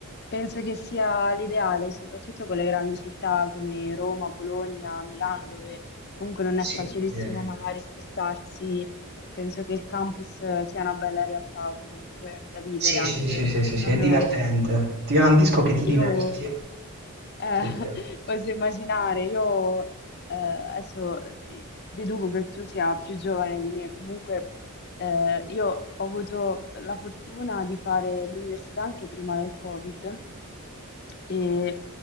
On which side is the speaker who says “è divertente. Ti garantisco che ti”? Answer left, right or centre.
Right